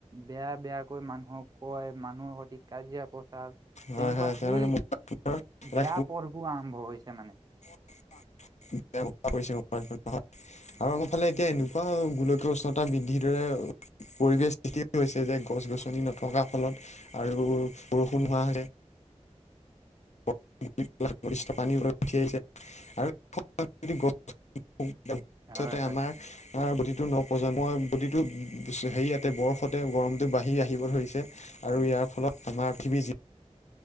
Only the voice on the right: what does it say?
বেয়া বেয়াকৈ মানুহক কয়। মানুহৰ সঠিক কাজিয়া পচাৰ
তেনেকুৱা
সেই
বেয়া পৰ্বোৰ আৰম্ভ হৈছে মানে।
হয় হয়